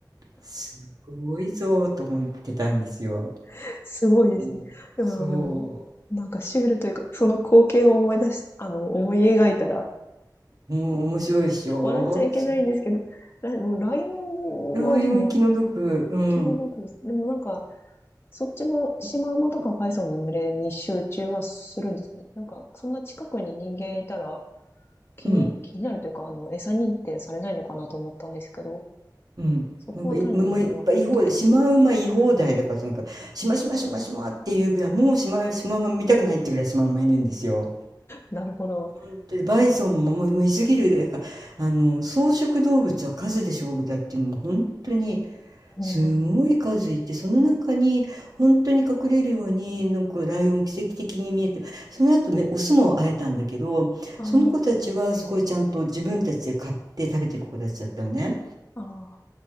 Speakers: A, on the right (about 60°); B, on the left (about 35°).
A: すごいぞーと思ってたんですよ。
B: <laughs> すごいですね。
A: うんそ
B: いや、でも、なんかシュールというか、その光景を思い出しあの、思い描いたら、
A: う。もう面白いでしょそう。
B: 笑っちゃいけないんですけど、ライもうライオンはでも、
A: ライオン気の毒。
B: 昨
A: うん。
B: 日どこですでもなんかそっちのシマウマとかパイソンの群れに集中はするんですね。なんか、そんな近くに人間いたら気に、
A: うん。
B: 気になるというか、あの、餌認定されないのかなと思ったんですけど、
A: うん。
B: そこは単に迷惑なだけ。
A: なんかい、もうもういっぱい言い放題。シマウマ言い放題だから、そのなんか、しましましましまっていうぐらい、
B: ああ、
A: もうシマ、シマウマ見たくないってぐらいシマウマいるんですよ。
B: なるほど。
A: 本当にバイソンももうもういすぎるだからいか、
B: うん。
A: あの、草食動物は数で勝負だっていうのも本当に
B: うんうん、
A: すごい数いて、その中に本当に隠れるように、なんかライオン奇跡的に見えて、その後ねオスも会えたんだけど、
B: あ
A: その子たちはすごいちゃんと自分たちで買って食べてる子たちだったのね。
B: あ、あ